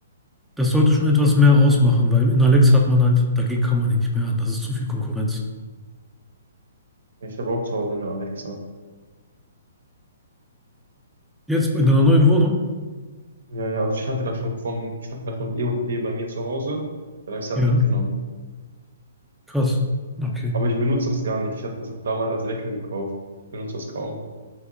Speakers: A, in the centre; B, on the right (about 70°).
A: das sollte schon etwas mehr ausmachen, weil in Alexa hat man halt, dagegen kann man nicht mehr an. Das ist zu viel Konkurrenz.
B: ich habe auch zu Hause eine Alexa.
A: Jetzt in einer neuen Wohnung?
B: Ja, ja, also ich hatte das schon von, ich hatte das von E&E bei mir zu Hause, dann habe ich es halt
A: Ja,
B: mitgenommen.
A: krass. Okay,
B: Aber ich benutze das gar nicht. Ich hatte das auch damals als Wecker gekauft. Benutze das kaum.